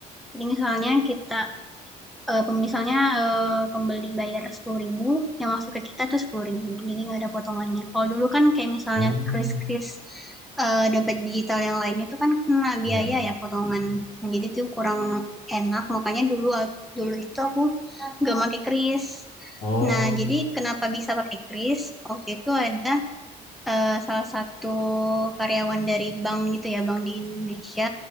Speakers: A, in the centre; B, on the left.
A: jadi misalnya kita eh misalnya eh, pembeli bayar sepuluh ribu yang masuk ke kita tuh sepuluh ribu jadi nggak ada potongannya kalau dulu kan kayak misalnya
B: Hmm,
A: kris-kris eh, dompet digital yang lain itu kan kena
B: ya.
A: biaya ya potongan Nah, jadi tuh kurang enak makanya dulu dulu itu aku nggak pakai kris
B: Oh,
A: nah jadi kenapa bisa pakai kris waktu itu ada eh, salah satu karyawan dari bank gitu ya, bank di Indonesia